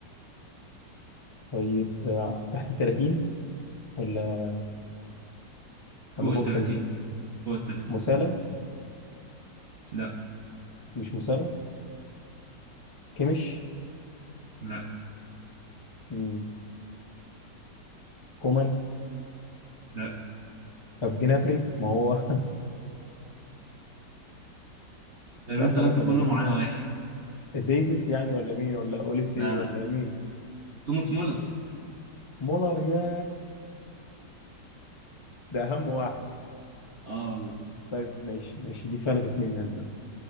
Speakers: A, on the left (about 25°); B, on the right (about 45°).
A: طيب آه، تحت ال 30 ولا
B: فوق
A: ولا فوق
B: ال 30
A: ال 30
B: فوق ال 30
A: مسالة
B: لا
A: مش مسالة كيميش
B: لا
A: مم. كومان
B: لا
A: طب جنابري ما هو <laughs>
B: اللي
A: لا
B: انت
A: خلاص
B: قلت كله
A: انا
B: ما عدا واحد
A: ديفيس يعني ولا مين ولا اوليسي
B: لا
A: ولا
B: لا
A: مين
B: توماس مولر
A: مولر يا ده اهم واحد
B: اه والله
A: طيب ماشي ماشي دي فلتت مني انا بقى